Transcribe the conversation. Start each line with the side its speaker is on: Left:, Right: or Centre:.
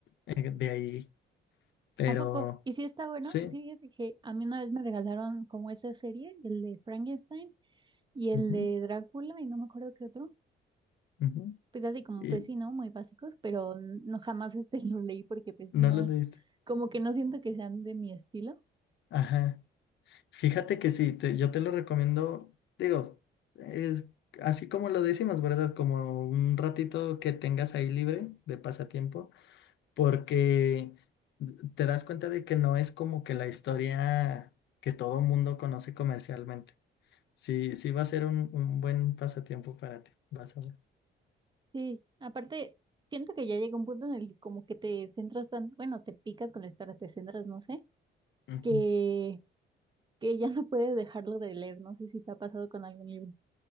Left: eh, de ahí, pero
Right: ¿A poco? ¿Y si está bueno?
Left: sí.
Right: Fíjate que a mí una vez me regalaron como esa serie, el de Frankenstein y el
Left: ujú,
Right: de Drácula y no me acuerdo qué otro.
Left: ujú.
Right: Pues así como,
Left: ¿Y
Right: pues sí, ¿no? Muy básicos, pero no jamás este <laughs> lo leí porque pues
Left: no
Right: sí, no,
Left: los leíste?
Right: como que no siento que sean de mi estilo.
Left: Ajá. Fíjate que sí, te- yo te lo recomiendo, digo, es así como lo decimos, ¿verdad? Como un ratito que tengas ahí libre de pasatiempo, porque te das cuenta de que no es como que la historia que todo mundo conoce comercialmente. Sí, sí va a ser un, un buen pasatiempo para ti, vas a ver.
Right: Sí, aparte, siento que ya llega un punto en el que como que te centras tan, bueno, te picas con la historia, te centras, no sé
Left: Ujú.
Right: que que ya no puedes dejarlo de leer. No sé si te ha pasado con algún libro.